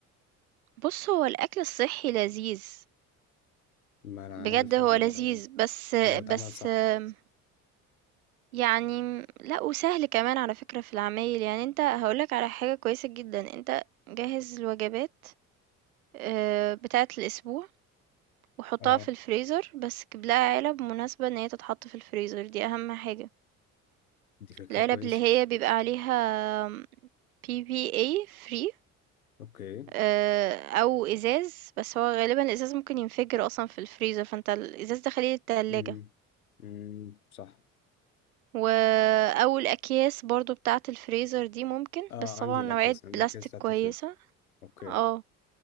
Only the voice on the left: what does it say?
ما انا
عارف
اه
لو اتعمل
صح
اه
دي فكرة
كويسة
اوكي
امم امم صح
اه
عندي الاكياس
عندي
الاكياس بتاعت
الفريزر اوكي